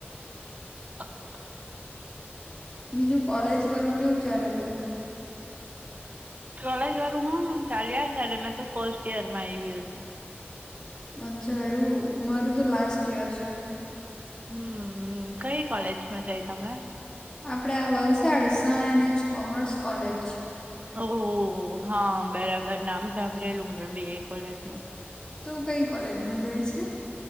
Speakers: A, on the right; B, on the left.
A: <unintelligible>
B: બીજું કોલેજ વાળું કેવું ચાલે બધું?
A: કોલેજ વાળું હ ચાલ્યા કરે મેં તો ફર્સ્ટ યર માં આયવી અજુ.
B: અચ્છા, એવું મારું તો લાસ્ટ યર છે.
A: હમ્મ હમ્મ.. કઈ કોલેજમાં જાય તમે?
B: આપણા આ Valsad Shah N. H. Commerce college.
A: ઓહો હો હો હા બરાબર નામ સાંભળેલું મેબી એ કોલેજ નું.
B: તુ કઈ કોલેજમાં જાય છે?